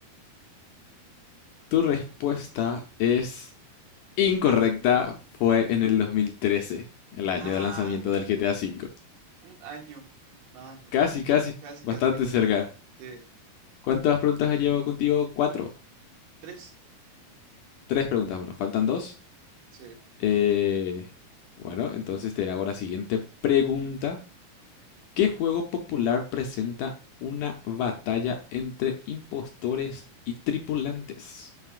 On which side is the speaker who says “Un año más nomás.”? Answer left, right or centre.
Right